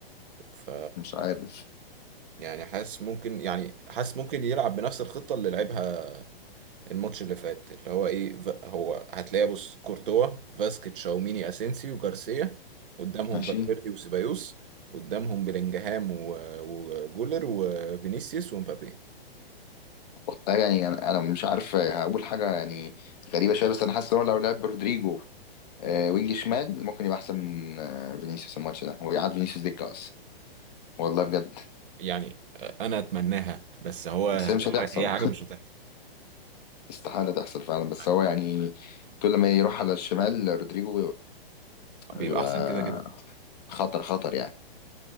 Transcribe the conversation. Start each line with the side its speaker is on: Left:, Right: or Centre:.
Right: ف
Left: مش عارف
Right: يعني حاسس ممكن يعني حاسس ممكن يلعب بنفس الخطة اللي لعبها الماتش اللي فات اللي هو ايه ف- هو هتلاقي بص كورتوا فاسكيت شاوميني اسينسي وجارسيا قدامهم
Left: ماشي
Right: فالفيردي وسيبايوس قدامهم بلينجهام و- وجولر وفينيسيوس ومبابي
Left: والله يعني انا انا مش عارف هقول حاجه يعني غريبه شويه بس انا حاسس ان هو لو لعب برودريجو آه، وينج شمال ممكن يبقى احسن من آه، فينيسيوس الماتش ده ويقعد فينيسيوس دكه اصلا والله بجد
Right: يعني انا اتمناها بس هو
Left: بس هي مش
Right: ح-
Left: هتحصل
Right: هي حاجه مش هتحصل
Left: <laughs> استحاله تحصل فعلا بس
Right: يعني
Left: هو يعني كل ما يروح على الشمال رودريجو
Right: بيبقى
Left: بيبقى
Right: احسن كده كده
Left: خطر خطر يعني